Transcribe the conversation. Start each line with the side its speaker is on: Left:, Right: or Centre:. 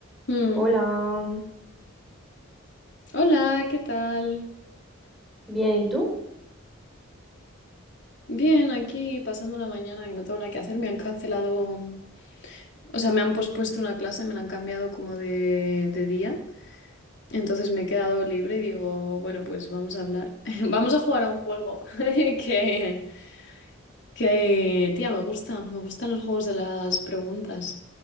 Left: Mm.
Centre: Hola,
Left: Hola, ¿qué tal?
Centre: bien, ¿y tú?
Left: Bien, aquí pasando la mañana que no tengo nada que hacer. Me han cancelado, mm, o sea, me han pospuesto una clase, me la han cambiado como de, de día. Entonces me he quedado libre y digo, bueno, pues vamos a hablar. <laughs> Vamos a jugar a un juego <laughs> que, que, tía, me gusta. Me gustan los juegos de las preguntas.